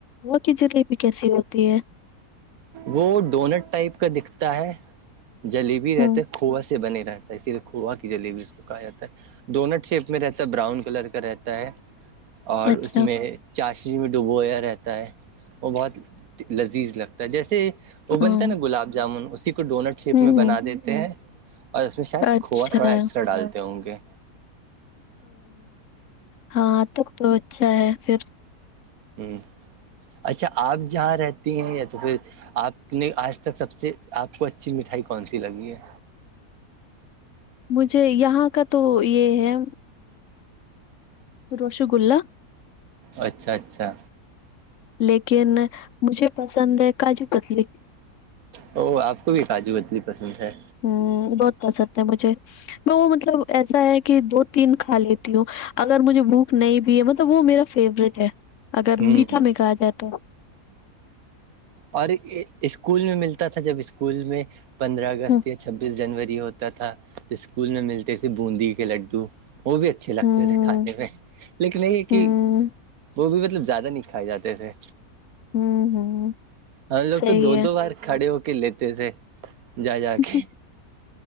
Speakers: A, on the left; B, on the right.
A: وہ کی جلیبی کیسی ہوتی ہے
B: وہ ڈونٹ ٹائپ کا دکھتا ہے جلیبی
A: ہوں
B: رہتے کھوا سے بنے رہتا ہے اسی لیے کوا کی جلیبی اس کو کہا جاتا ہے ڈونٹ شیپ میں رہتا ہے براؤن کلر کا رہتا ہے اور
A: اچھا
B: اس میں چاش میں ڈبویا رہتا ہے وہ بہت لذیذ لگتا ہے جیسے وہ
A: ہاں
B: بنتا ہے نا گلاب جامن اسی کو ڈونٹ شپ
A: ہوں
B: میں
A: ہوں
B: بنا دیتے ہیں اور اس میں شاید
A: اچھا
B: کو تھوڑا ایکسٹرا ڈالتے ہوں گے
A: ہاں تو بہت اچھا ہے پھر
B: ہوں اچھا آپ جہاں رہتے ہیں یا تو پھر آپ نے آج تک سب سے آپ کو اچھی مٹھائی کون سی لگی ہے
A: مجھے یہاں کا تو یہ ہے رش گلہ
B: اچھا اچھا
A: لیکن مجھے پسند ہے کاجو پتلی
B: او آپ کو بھی کاجو بتلی پسند ہے
A: ہ بہت پسند ہے مجھے میں وہ مطلب ایسا ہے کہ دو تین کھا لیتی ہوں اگر مجھے بھوک نہیں بھی ہے مطلب وہ میرا فیوریٹ ہے اگر
B: ہ
A: میٹھا میں کہا جائے تو
B: اور اسکول میں ملتا تھا جب اسکول میں پندرہ اگست
A: ہوں
B: یا چھبیس جنوری ہوتا تھا اسکول میں ملتے تھے بوندی کے لڈو وہ بھی اچھے لگتے
A: ہوں
B: تھے کھانے میں لیکن یہ
A: ہوں
B: کہ وہ بھی مطلب زیادہ نہیں کھائے جاتے تھے
A: ہوں ہوں
B: ہم لوگ
A: صحیح
B: تو دو دو بار کھڑے ہو کے لیتے تھے جا جا
A: ہے
B: کے